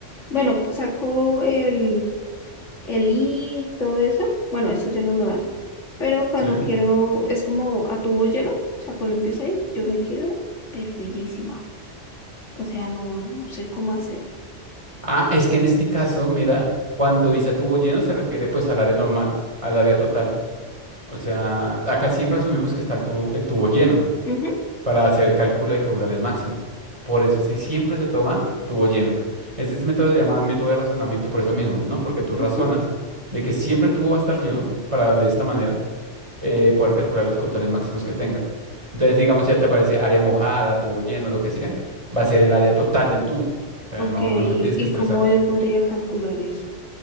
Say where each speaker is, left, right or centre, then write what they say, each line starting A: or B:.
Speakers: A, on the left; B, on the right.
A: bueno, saco el... el y todo eso, bueno, eso ya no lo dan. Pero cuando
B: Sí.
A: quiero, es como a tubo lleno, o sea, cuando empiezo ahí, yo me quedo perdidísima. O sea, no, no sé cómo hacer.
B: Ah, es que en este caso, mira, cuando dice a tubo lleno se refiere pues al área normal, al área total. O sea, acá siempre asumimos que está el tubo, el tubo lleno
A: Ujú,
B: para hacer el cálculo de caudales máximos. Por eso sí, siempre se toma tubo lleno. Este, este método se llama método de razonamiento por eso mismo, ¿no? Porque tú razonas
A: ujú.
B: de que siempre el tubo va a estar lleno para de esta manera eh, poder calcular los caudales máximos que tenga. Entonces, digamos, si ya te aparece área mojada, tubo lleno, lo que sea, va a ser el área total del tubo. O sea,
A: Ok,
B: no,
A: ¿y,
B: no se tienes
A: y
B: que estresar.
A: cómo yo podría calcular eso?